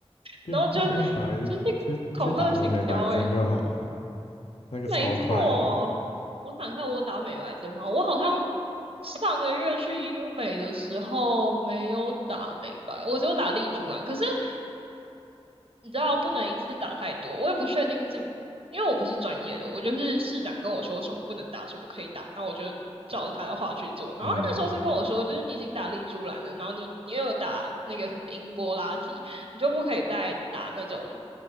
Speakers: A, on the left; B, on the right.
A: 变变变白，
B: 然后就就是
A: 去去打个美白针就好了，
B: 恐吓行销，哎，
A: 那个超快的，
B: 没错。我想一下，我打美白针吗？我好像上个月去医美的时候没有打美白，我只有打丽珠兰。可是因为你知道不能一次打太多，我也不确定是因为我不是专业的，我就是市长跟我说什么不能打，什么可以打，那我就照着他的话去做。然后他那时候是跟我说，
A: 嗯，
B: 就是你已经打丽珠兰了，然后你你又有打那个什么英波拉提，你就不可以再打那种，